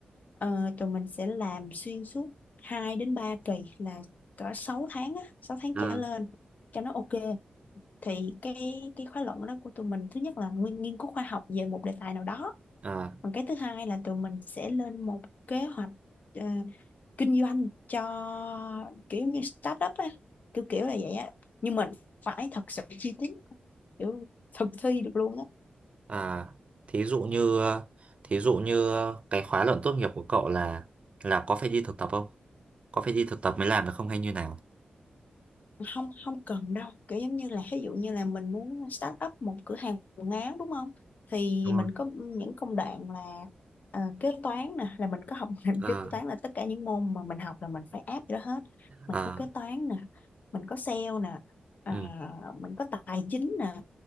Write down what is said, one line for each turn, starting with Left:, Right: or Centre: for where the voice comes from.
Left: Ờ, tụi mình sẽ làm xuyên suốt 2 đến 3 kỳ là cỡ 6 tháng á, 6 tháng
Right: À,
Left: trở lên cho nó ok. Thì cái cái khóa luận đó của tụi mình thứ nhất là nguyên nghiên cứu khoa học về một đề tài nào đó.
Right: À,
Left: Còn cái thứ hai là tụi mình sẽ lên một kế hoạch ờ, kinh doanh cho kiểu như startup á, kiểu kiểu là vậy á. Nhưng mình phải thật sự chi tiết, kiểu thực thi được luôn á.
Right: à, thí dụ như ờ, thí dụ như ờ, cái khóa luận tốt nghiệp của cậu là là có phải đi thực tập không? Có phải đi thực tập mới làm được không hay như nào?
Left: không không cần đâu kiểu giống như là ví dụ như là mình muốn start up một cửa hàng quần áo đúng không thì
Right: Đúng rồi.
Left: mình có những công đoạn là ờ, kế toán nè là mình có học <laughs> ngành
Right: Ờ,
Left: kế toán là tất cả những môn mà mình học là mình phải áp vô đó hết mình
Right: ờ,
Left: có kế toán nè mình có sale nè à,
Right: ừ,
Left: mình có tài chính nè